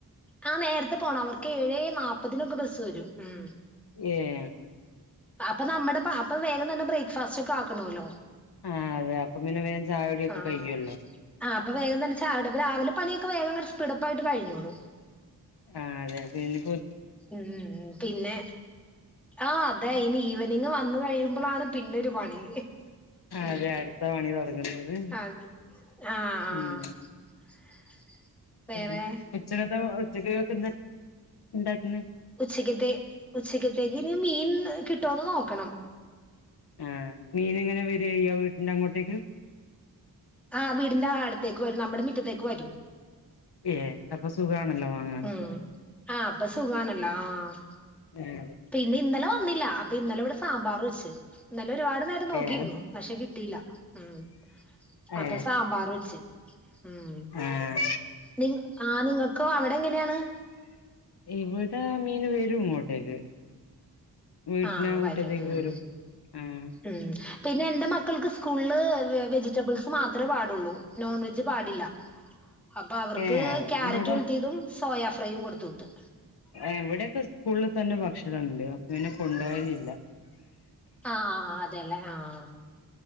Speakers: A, in the centre; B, on the left.
A: ആഹ് നേരത്തെ പോണം അവർക്ക് ഏഴേ നാ അപ്പതിനൊക്കെ ബസ്സ് വരും ഉം
B: ഏഹ്
A: അപ്പൊ നമ്മടെ പാപ്പെം വേഗം തന്നെ ബ്രേക്ക്ഫാസ്റ്റ്ക്കെ ആക്കണോല്ലോ
B: ആഹ് അതെ അപ്പൊ പിന്നെ വേ ചായകുടിയൊക്കെ
A: ആ
B: കഴിയുല്ലോ
A: ആ അപ്പൊ വേഗം തന്നെ ചായ രാവിലെ പണിയൊക്കെ വേഗങ്ങട് സ്പീഡപ്പായിട്ട് കഴിഞ്ഞോളൂ
B: ആഹ് അതെ പിന്നിപ്പോ
A: ഉം പിന്നെ ആഹ് അതെ ഇനി ഈവനിങ് വന്ന് കഴിയുമ്പോളാണ് പിന്നൊരു പണി
B: അതെ അടുത്ത പണി തൊടങ്ങുന്നത്
A: അത് ആ ആ
B: ഉം
A: <inaudible> വേറെ
B: പിന്നെ ഉച്ചക്കത് ഉച്ചക്കെക് എന്ത ഉണ്ടാക്കുന്നേ
A: ഉച്ചക്ക് ത്തേ ഉച്ചക്കത്തേക്ക് ഇനി മീൻ കിട്ടോന്ന് നോക്കണം
B: ആഹ് മീന്ങ്ങനെ വെരേയ്യാ വീട്ടിന്റെ അങ്ങോട്ടേക്ക്?
A: ആഹ് വീടിൻന്റെ ആട്ത്തേക്ക് വരും നമ്മടെ മിറ്റത്തേക്ക് വരും.
B: ഏഹ് അപ്പൊ സുഖാണല്ലോ വാങ്ങാന്
A: ഉം ആഹ് അപ്പൊ സുഖാണല്ലോ ആഹ്.
B: ഏഹ്
A: പിന്നെന്നലെ വന്നില്ല, അപ്പൊ ഇന്നലെ ഇവടെ സാമ്പാറു വെച്ച് ഇന്നലെ ഒരുപാട് നേരം നോക്കിയിരുന്നൂ
B: ഏഹ്
A: പക്ഷെ കിട്ടീല്ല ഉം. അപ്പൊ
B: ഏഹ്
A: സാമ്പാർ വെച്ച് ഉം,
B: ആഹ്
A: നിങ്ങ ആഹ് നിങ്ങക്ക് അവടെ എങ്ങനേണ്?
B: ഇവടെ മീൻ വെരും, ഇങ്ങോട്ടേക്ക്. വീട്ടിൻ്റെ
A: ആ
B: മുറ്റത്തേക്ക്
A: വരും ഉം
B: വെരും, ആഹ്.
A: ഉം പിന്നെന്റെ മക്കൾക്ക് സ്കൂളില് വെജിറ്റബിൾസ് മാത്രേ പാടുള്ളൂ. നോൺവെജ് പാടില്ല. അപ്പൊ അവർക്ക്
B: ഏഹ്
A: ക്യാരറ്റ്
B: ഇവിടെ
A: ഒലത്തീതും സോയാ ഫ്രൈയും കൊടുത്ത് വിട്ട്.
B: ഏഹ് ഇവെടെക്കെ സ്കൂള്ല് തന്നെ ഭക്ഷണണ്ട് അപ്പൊ പിന്നെ കൊണ്ടോവലില്ല.
A: ആഹ് അതേല്ലേ ആഹ്